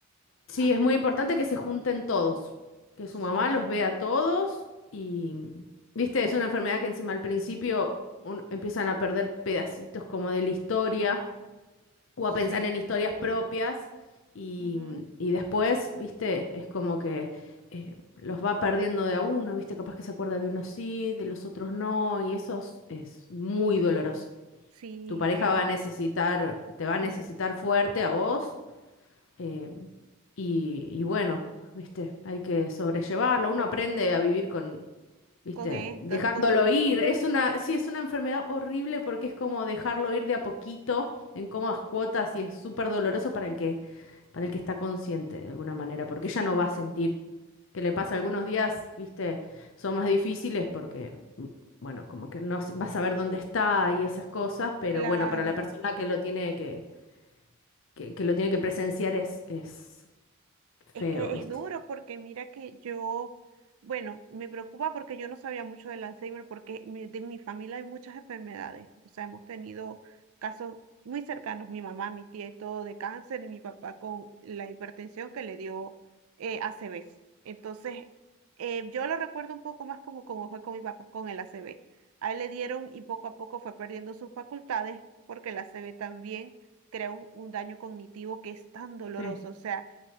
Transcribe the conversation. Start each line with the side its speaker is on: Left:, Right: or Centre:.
Left: sí,
Right: Ajá,
Left: es muy importante que se junten todos, que su
Right: sí,
Left: mamá los vea a todos y, viste, es una enfermedad que encima al principio un- empiezan a perder pedacitos como de la historia o
Right: sí,
Left: a pensar en historias propias y,
Right: ujú,
Left: y después, viste, es como que eh, los va perdiendo de a uno, viste, capaz que se acuerda de unos sí, de los otros no, y eso es, es muy doloroso.
Right: Sí,
Left: Tu pareja
Right: claro.
Left: va a necesitar, te va a necesitar
Right: mm,
Left: fuerte a vos, eh, y, y bueno, viste, hay que sobrellevarlo, uno aprende a vivir con, ¿viste?
Right: Con estas
Left: Dejándolo
Right: cosas,
Left: ir.
Right: sí.
Left: Es una, sí, es una enfermedad horrible porque es como dejarlo ir de a poquito, en cómodas cuotas, y es súper doloroso para el que, para el que está consciente de alguna manera, porque
Right: Sí,
Left: ella no va a sentir que le pasa algunos días, ¿viste? Son más difíciles porque, mm, bueno, como que no s- va a saber dónde está y esas cosas, pero
Right: claro.
Left: bueno, para la persona que lo tiene que, que, que lo tiene que presenciar es, es
Right: Es
Left: feo,
Right: que
Left: ¿viste?
Right: es duro porque mira que yo, bueno, me preocupa porque yo no sabía mucho del Alzheimer porque mi- de mi familia hay muchas enfermedades. O sea, hemos tenido casos muy cercanos, mi mamá, mi tía y todo de cáncer y mi papá con la hipertensión que le dio eh, A C V Entonces, eh, yo lo recuerdo un poco más como, como fue con mi papá con el a ACV. A él le dieron y poco a poco fue perdiendo sus facultades porque el a C V también crea un un daño cognitivo que es tan doloroso.
Left: Sí,
Right: O sea,